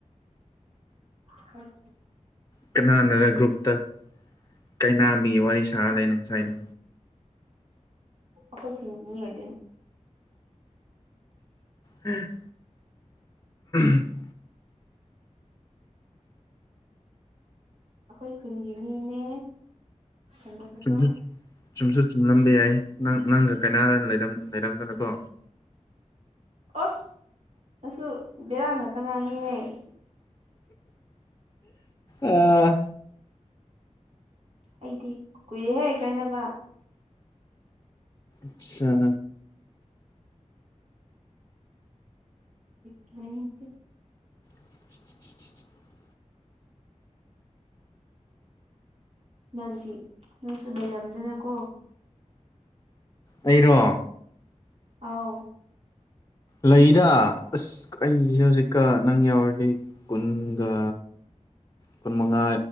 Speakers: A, on the right; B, on the left.
A: ꯈꯔ
B: ꯀꯅꯥꯅꯅ ꯒ꯭ꯔꯨꯞꯇ ꯀꯩꯅꯥꯕꯤ ꯋꯥꯔꯤ ꯁꯥꯔ ꯂꯩꯅ ꯉꯁꯥꯏꯗ
A: ꯑꯩꯈꯣꯏ ꯈꯅꯤ ꯑꯣꯏꯗ
B: ꯎꯝ <inaudible>
A: ꯑꯩꯈꯣꯏ ꯈꯨꯟꯒꯤ ꯃꯤꯅꯦ ꯁꯥꯟꯅꯕꯗꯣ
B: ꯆ ꯆꯨꯝꯁꯨ ꯂꯕꯤꯦ ꯍꯥꯏ ꯅꯪ ꯅꯪꯒ ꯀꯩꯅꯥꯔ ꯂꯩꯔꯝꯗꯅꯀꯣ
A: ꯑꯣꯞ ꯅꯁꯨ ꯕꯦꯔꯥꯡ ꯉꯥꯛꯇ ꯉꯥꯡꯅꯤꯍꯦ <inaudible>
B: ꯑꯥ
A: ꯑꯩꯗꯤ ꯀꯨꯏꯔꯦꯍꯦ ꯀꯥꯏꯅꯕ
B: ꯑꯆꯥ
A: ꯇ꯭ꯔꯦꯟ ꯇ
B: <inaudible>
A: ꯅꯪꯒꯤ ꯅꯪꯁꯨ ꯂꯩꯔꯝꯗꯅꯀꯣ
B: ꯑꯩꯔꯣ
A: ꯑꯥꯎ
B: ꯂꯩꯗ ꯑꯁ ꯑꯩꯁꯦ ꯍꯧꯖꯤꯛꯀ ꯅꯪ ꯌꯥꯎꯔꯗꯤ ꯀꯨꯟꯒ ꯀꯨꯟ ꯃꯉꯥ